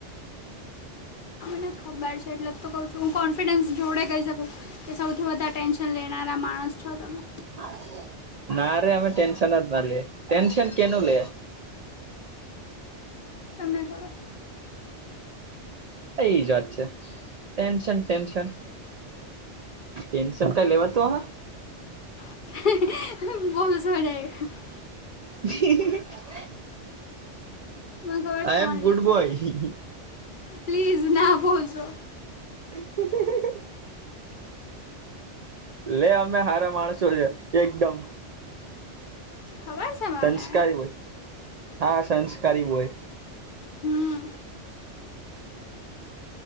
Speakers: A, on the left; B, on the right.
A: ને ખબર છે એટલે જ તો કહું છું હું કોન્ફિડન્સ જોડે કહી શકું. કે સૌથી વધધા ટેન્શન લેનારા માણસ છો તમે.
B: <inaudible> ના રે અમે ટટેનશન જ ના લે, ટટેનશન કેન લ.
A: તમને ખબર
B: એ જ વાત છે, ટેન્શન ટેન્શન. પટેન્સન ક લેવા તું હ.
A: હ <unintelligible> બોલ સડ <unintelligible>
B: હ <unintelligible>
A: મન ખબર
B: હ
A: છે
B: આઈ
A: કોણ
B: એમ
A: લેય
B: ગુડ
A: છે
B: બોય
A: પ્લીઝ ના બોલશો.
B: <unintelligible> લે અમે હારા માણસો છે એકદમ.
A: ખબર છે મને
B: સંસ્કારી હોય હા સંસ્કારી હોય.
A: હમ